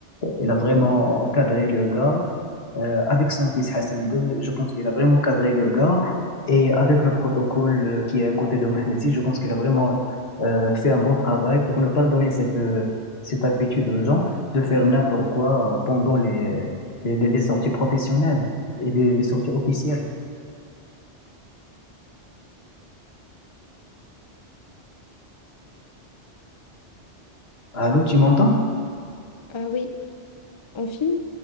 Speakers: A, on the left (about 65°); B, on the left (about 40°).
A: il a vraiment cadré le gars. Euh, avec son fils Hassan II, je pense qu'il a vraiment cadré le gars. Et avec le protocole euh, qui est à côté de Mohamed VI, je pense qu'il a vraiment euh, fait un bon travail pour ne pas donner cette, euh, cette habitude aux gens de faire n'importe quoi euh, pendant les, les, les- les sorties professionnelles et les, les sorties officielles. Allô, tu m'entends?
B: Euh, oui, en film,